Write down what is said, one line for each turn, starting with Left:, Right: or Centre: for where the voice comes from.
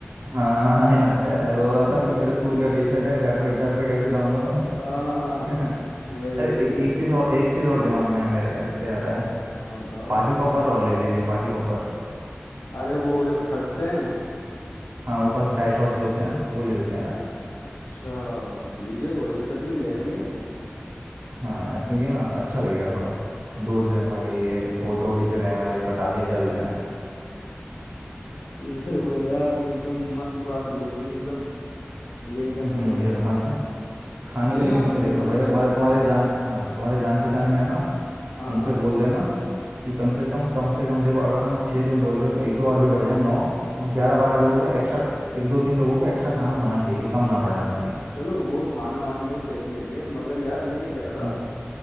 Right: हाँ हाँ, याद है रो रहा
Left: <laughs>
Right: था कि मेरा स्कूल का टी शर्ट है घर पे घर पे कैसे जाऊंगा मैं
Left: हाँ हाँ,
Right: <laughs>
Left: वही
Right: अरे
Left: वही
Right: ए, एक चीज और एक चीज और दिमाग में है मेरे यार इससे याद आया
Left: हाँ बताओ
Right: पार्टी पॉपर और ले लेंगे पार्टी पॉपर
Left: अरे वो जो फटते हैं
Right: हाँ ऊपर स्काई शॉट्स जो होते हैं वो ले लेते हैं यार
Left: अच्छा ठीक है कोई दिक्कत नहीं ले लेंगे <laughs>
Right: हाँ यार क्योंकि ना अच्छा लगेगा थोड़ा दूर से भाई ये फोटो खींच रहे हैं भाई पटाखे जल रहे हैं
Left: ये तो सही बोले यार तुम एकदम मस्त बात बोल दी एकदम यही करना
Right: हम्म
Left: पड़ेगा
Right: ये तो मस्त है खाने
Left: बिना
Right: का लेकिन
Left: उसके
Right: तुम्हें
Left: तो
Right: देखना
Left: मजा
Right: पड़ेगा
Left: ही नहीं
Right: तुम्हारे
Left: है
Right: तुम्हारे जान हाँ तुम्हारे जान पहचान में है ना
Left: हाँ
Right: उनसे बोल देना कि कम से कम कम से कम देखो अगर हम छः तुम बोल रहे हो एक दो और भी बढ़ जाए नौ तो ग्यारह
Left: हाँ
Right: बारह लोगों का एक्स्ट्रा एक दो तीन लोगों का एक्स्ट्रा खाना होना चाहिए कम ना पड़ना चाहिए
Left: चलो वो खाना वाने का तो देख लेंगे मगर यार मैं ये कह रहा
Right: हाँ
Left: था